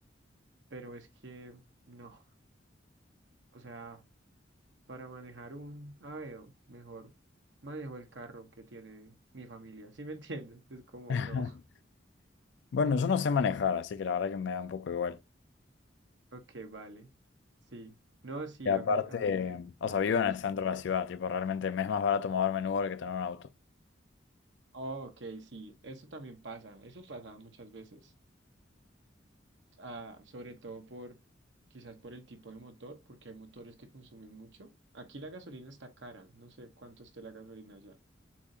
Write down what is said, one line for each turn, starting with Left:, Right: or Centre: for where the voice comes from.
Right: pero es que no, o sea. Para manejar un Aveo, mejor manejo el carro que tiene mi familia. ¿Sí me <laughs> entiendes? Es como,
Left: <laughs>
Right: no. <laughs>
Left: Bueno, yo no sé manejar, así que la verdad que me da un poco igual.
Right: Ok, vale. Sí. No, sí,
Left: Y aparte,
Right: a mí, a mí me,
Left: o sea, vivo
Right: me
Left: en
Right: gusta.
Left: el centro de la ciudad, tipo, realmente me es más barato moverme en Uber que tener un auto.
Right: Oh, ok, sí. Eso también pasa. Eso pasa muchas veces. Ah, sobre todo por, quizás por el tipo de motor, porque hay motores que consumen mucho. Aquí la gasolina está cara. No sé cuánto esté la gasolina allá.